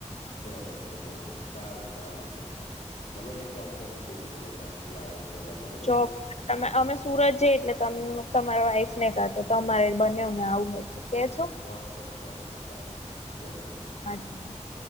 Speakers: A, on the left (about 85°); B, on the left (about 60°).
A: બરોબર બરોબર સારું સારું સારું. ચલો ને તો આપડે હવે જઈશું નવરાત્રી આવે પેલા બરોબર
B: ચો તમે અમે સુરત જઈ એટલે ત તમારા વાઈફ ને કાતો તમારે બને ને આવું હોય તો કેજો
A: ચોક્કસ ચોક્કસ સારું કેમરે
B: <inaudible>